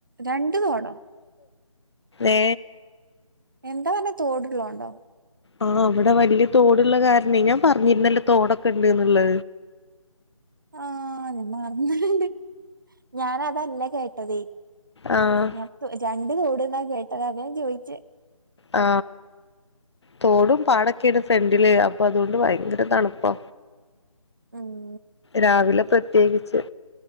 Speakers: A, on the right (about 35°); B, on the left (about 50°).
A: രണ്ട് തോടോ
B: ഏ
A: എന്താ പറഞ്ഞെ തോടുള്ളോണ്ടോ
B: ആ വടെ വല്യ തോട്ള്ള കാരണേ ഞാൻ പറഞ്ഞിരുന്നല്ലോ തോടൊക്കെ ഉണ്ട്ന്ന്ള്ളത്
A: ആ ഞാൻ മറന്ന്ണ്ണ്ട് ഞാനതല്ല കേട്ടതേ
B: ആ
A: ഞാപ്പൊ രണ്ട് തോട്ന്നാ കേട്ടത് അതാ ഞാൻ ചോയിച്ചേ
B: ആ തോടും പാടൊക്കെണ് ഫ്രണ്ടില് അപ്പൊ അതോണ്ട് ഭയങ്കര തണ്പ്പാ
A: ഉം
B: രാവിലെ പ്രത്യേകിച്ച്